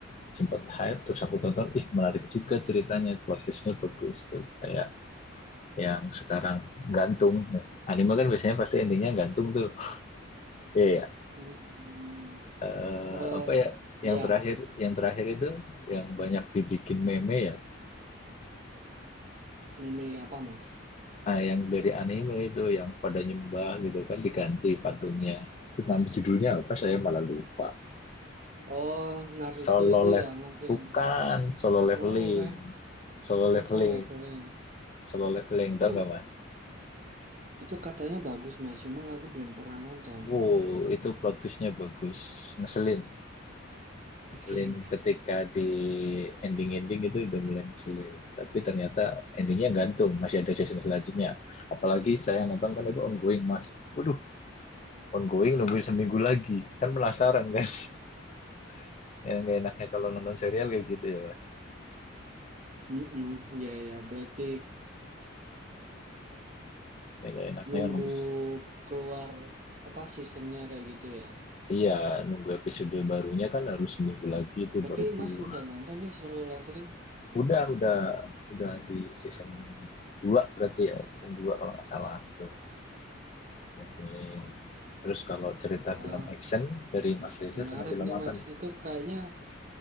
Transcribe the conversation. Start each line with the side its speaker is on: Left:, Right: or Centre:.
Left: sempat hype terus aku tonton ih menarik juga ceritanya plot twistnya bagus tuh kayak yang sekarang gantung Nah, anime kan biasanya pasti endingnya gantung tuh iya ya,
Right: Hmm.
Left: eh,
Right: Eh,
Left: apa ya
Right: iya
Left: yang terakhir yang terakhir itu yang banyak dibikin meme ya
Right: anime apa mas?
Left: ah, yang dari anime itu yang pada nyembah gitu kan diganti patungnya itu nama judulnya apa saya malah lupa
Right: Oh Naruto
Left: solo
Right: itu
Left: level
Right: ya mungkin.
Left: bukan solo leveling
Right: Oh bukan.
Left: solo
Right: Oh
Left: leveling
Right: Solo Leveling.
Left: solo leveling
Right: Itu
Left: tau nggak mas
Right: itu katanya bagus mas. Cuman aku belum pernah nonton
Left: Wow, itu plot twistnya bagus, ngeselin, ngeselin
Right: <laughs> aslinya.
Left: ketika di ending-ending itu udah mulai ngeselin. Tapi ternyata endingnya gantung, masih ada season selanjutnya. Apalagi saya nonton kan itu ongoing, Mas. Waduh, ongoing nungguin seminggu lagi, kan penasaran kan? <laughs> Yang gak enaknya kalau nonton serial kayak gitu ya, Mas.
Right: Mm-mm. Iya ya berarti
Left: Yang gak enaknya
Right: nunggu
Left: nunggu,
Right: keluar apa seasonnya kayak gitu ya.
Left: iya nunggu episode barunya kan harus seminggu lagi itu
Right: Berarti
Left: baru keluar.
Right: Mas udah nonton nih Solo Leveling?
Left: Udah, udah, udah di season dua berarti ya, season dua kalau nggak salah. Gitu. feeling. Terus kalau cerita
Right: Wah,
Left: film action dari
Right: men-
Left: Mas Reza
Right: menarik
Left: senang film
Right: nih
Left: apa
Right: Mas.
Left: nih?
Right: Itu kayaknya